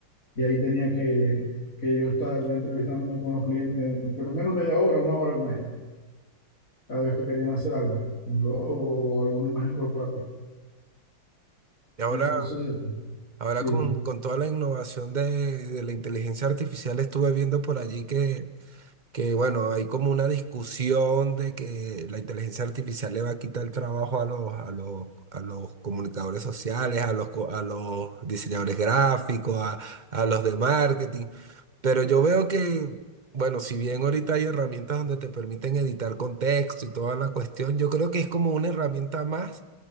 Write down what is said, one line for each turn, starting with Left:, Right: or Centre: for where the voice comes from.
Left: y ahí tenía que, que yo estar entrevistándome con los clientes por lo menos media hora, una hora con ellos, cada vez que querían hacer algo, un logo o alguna imagen corporativa.
Right: Y ahora,
Left: Entonces,
Right: ahora
Left: sí.
Right: con, con toda la innovación de, de la inteligencia artificial estuve viendo por allí que... que bueno, hay como una discusión de que la inteligencia artificial le va a quitar el trabajo a los, a los, a los comunicadores sociales, a los, co- a los diseñadores gráficos, a, a los de marketing. Pero yo veo que, bueno, si bien ahorita hay herramientas donde te permiten editar contexto y toda la cuestión, yo creo que es como una herramienta más